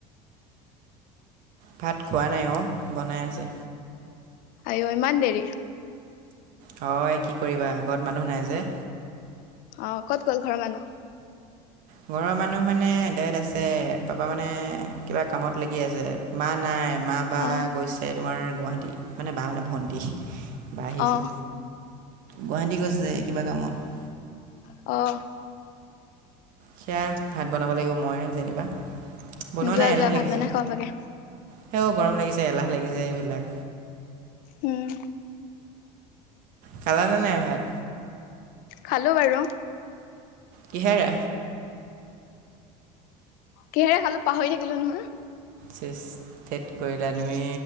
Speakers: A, on the right (about 60°); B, on the left (about 60°).
A: ভাত খোৱা নাই অ। বনাই আছে।
B: আই ঐ, ইমান দেৰি?
A: হয়, কি কৰিবা ঘৰত মানুহ নাই যে
B: অ, ক'ত গ'ল ঘৰৰ মানুহ?
A: ঘৰৰ মানুহ মানে দেড আছে, পাপা মানে কিবা কামত লাগি আছে, মা নাই। মা, বা
B: অ
A: গৈছে তোমাৰ গুৱাহাটী, মানে বা মানে ভণ্টি। বা আহিছে,
B: অ
A: গুৱাহাটী গৈছে কিবা কামত।
B: অহ।
A: সেয়া, ভাত বনাব লাগিব মই যেনিবা, বনোৱা
B: যোৱা
A: নাই, এলাহ
B: যোৱা
A: লাগিছে।
B: ভাত বনাই খাব লাগে
A: সেইয়া, গৰম লাগিছে, এলাহ লাগিছে, এইবিলাক।
B: উম।
A: খালানে নাই ভাত?
B: খালো বাৰু।
A: কিহেৰে?
B: কিহেৰে খালো পাহৰি থাকিলো নহয়
A: চেছ, ধেট কৰিলা তুমি,